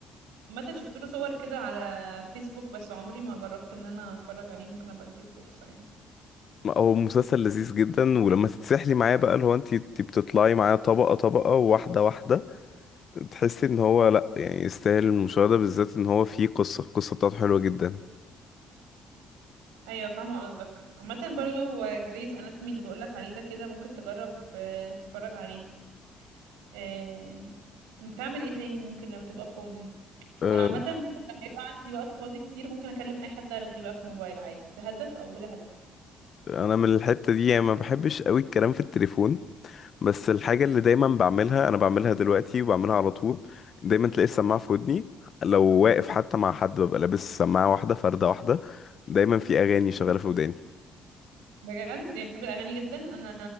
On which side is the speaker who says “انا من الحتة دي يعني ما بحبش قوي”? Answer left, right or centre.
Left